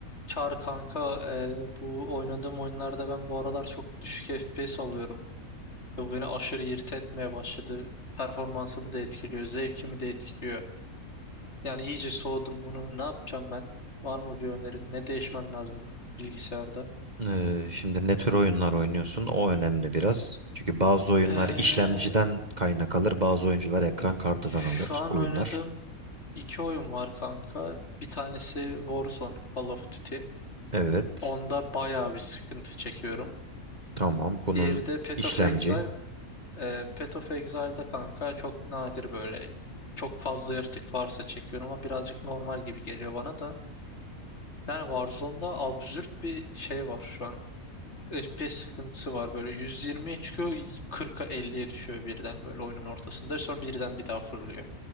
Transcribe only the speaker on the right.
Ee, şimdi ne tür oyunlar oynuyorsun? O önemli biraz. Çünkü bazı oyunlar
işlemciden kaynak alır, bazı oyuncular ekran kartıdan
alır
oyunlar.
Evet,
tamam. Bunun
işlemci.